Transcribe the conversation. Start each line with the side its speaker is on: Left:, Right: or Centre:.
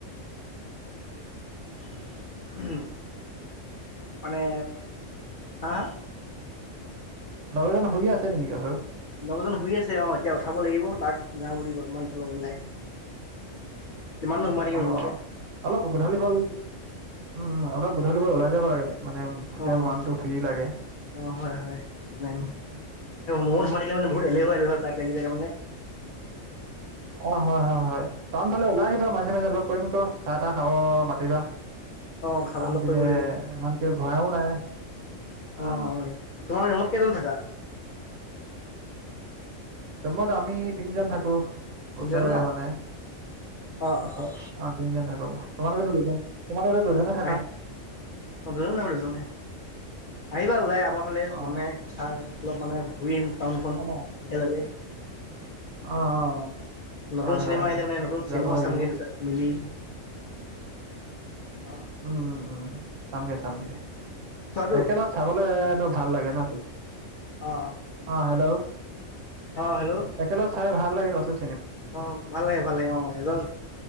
Left: <inaudible> মানে হা
Right: লগৰজন শুই আছে নেকি কৈছোঁ।
Left: লগৰজন শুই আছে অ এতিয়া উঠাব লাগিব তাক যাওঁ বুলি মানে অলপ ওলাই। কিমাননো সোমাই থাকিম
Right: অহ,
Left: ৰুমতে
Right: অলপ গধূলি বল, উম অলপ গধূলি বল ওলাই যাব লাগে। মানে তেতিয়া
Left: অহ
Right: মনটো ফ্ৰী লাগে
Left: - অহ -হয় -হয় মানে
Right: উম,
Left: বহুত মানে <unintelligible> মানে বহুত এলেহুৱা -এলেহুৱা তাইপ লাগি যায় তাৰ মানে।
Right: অহ, হয় -হয় -হয় টাউন ফালে ওলাই আহিবা মাজে -মাজে লগ কৰিম কিয় চাহ -তাহ খাব মাতিবা।
Left: অঁ খাব
Right: টাউনপিনে
Left: লগ কৰিব
Right: ইমানকে ঘূৰাও নাই।
Left: অহ
Right: আহ
Left: - অহ তোমাৰ ৰুমত কেইজন থাকা?
Right: ৰুমত আমি তিনিজন থাকো।
Left: তিনিজন
Right: ওচৰে
Left: ন
Right: মানে
Left: অঁ
Right: অহ
Left: অঁ
Right: তিনিজন থাকো তোমালোকেতো দুজন? তোমালোকেতো দুজনে থাকা
Left: আই তসন্তৰোঁ যাব দুজনে,? আহিবা ওলাই আমাৰ ফালে
Right: অ
Left: মানে তাৰ অলপ মানে। ঘূৰি আহিম টাউনখন
Right: অ
Left: একেলগে।
Right: অ অ
Left: নতুন
Right: হয়
Left: চিনেমা
Right: হয়
Left: আহিলে
Right: হয়
Left: মানে নতুন চিনেমা
Right: যাব লাগিব
Left: চামগৈ দুটাত মিলি। অ
Right: উম উম চামগে চামগে
Left: চোৱাটো
Right: একেলগ চাবলে ত ভাল লাগে ন
Left: অ
Right: অ হেল্ল'
Left: অ অ হেল্ল'
Right: একেলগে চাই ভাল লাগে কৈছোঁ।
Left: অ ভাল লাগে ভাল লাগে অ এজন,